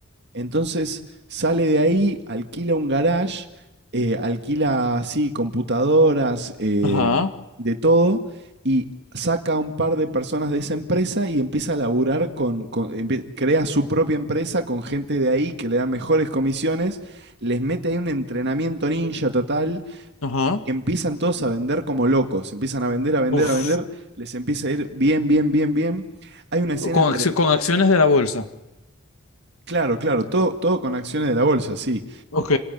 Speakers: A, on the right (about 55°); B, on the left (about 80°).
A: Entonces sale de ahí, alquila un garage, eh, alquila así computadoras, eh,
B: Ajá,
A: de todo y saca a un par de personas de esa empresa y empieza a laburar con, con- empie- crea su propia empresa con gente de ahí que le da mejores comisiones, les mete ahí un entrenamiento ninja total
B: ajá.
A: empiezan todos a vender como locos, empiezan a vender, a vender,
B: Uf.
A: a vender, les empieza a ir bien, bien, bien, bien. Hay una escena,
B: O Con,
A: tre-
B: accio- con acciones de la bolsa.
A: claro, claro, todo, todo con acciones de la bolsa, sí.
B: Ok.